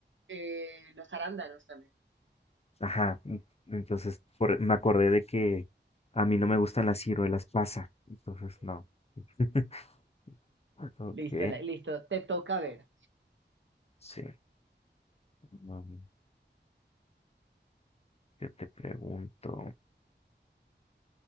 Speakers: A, on the right; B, on the left.
A: eh, los arándanos también.
B: ajá. en- Entonces, por- me acordé de que a mí no me gustan las ciruelas pasa. Entonces, no. <laughs> Ok,
A: Listo, la- listo. Te toca ver.
B: sí. Mm, Yo te pregunto,